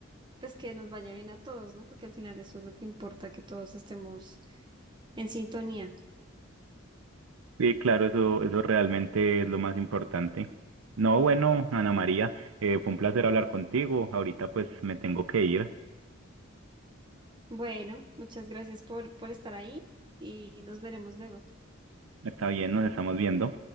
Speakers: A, on the right; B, on the right.
A: pues que nos vaya bien a todos, ¿no? Porque al final eso es lo que importa, que todos estemos en sintonía.
B: Sí, claro, eso, eso realmente es lo más importante. No, bueno, Ana María, eh, fue un placer hablar contigo. Ahorita pues me tengo que ir.
A: Bueno, muchas gracias por, por estar ahí y nos veremos luego.
B: Está bien, nos estamos viendo.